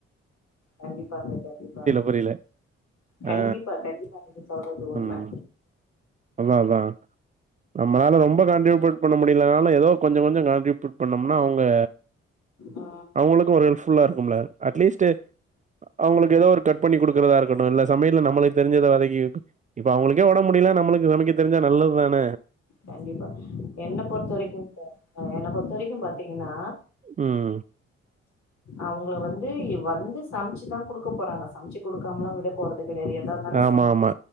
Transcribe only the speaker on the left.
கண்டிப்பாங்க கண்டிப்பாங்க
கண்டிப்பா
கண்டிப்பா நீங்க சொல்றது உண்ம
அ
கண்டிப்பா என்ன பொறுத்த வரைக்கு க என்ன பொறுத்த வரைக்கு பாத்திங்ன்னா
அவங்கள வந்து வந்து சமைச்சுதா குடுக்க போறாங்க சமைச்சு குடுக்காமலா விட போறது கெடையாது எதா தாலு
சென்ட்